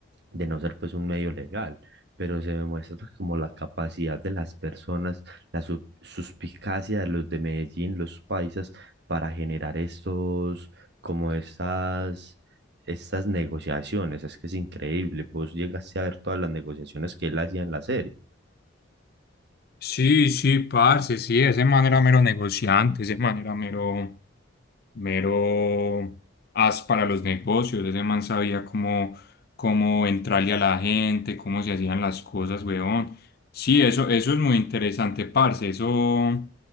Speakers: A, on the right; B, on the left.
A: de no ser pues un medio legal. pero se me muestra como la capacidad de las personas, la su- suspicacia de los de Medellín, los paisas, para generar estos, como estas estas negociaciones, es que es increíble, vos llegaste a ver todas las negociaciones que él hacía en la serie.
B: Sí, sí, parce, sí, ese man era mero negociante, ese man era mero mero as para los negocios. Ese man sabía cómo, cómo entrarle a la gente, cómo se hacían las cosas, weón. Sí, eso, eso es muy interesante, parce. Eso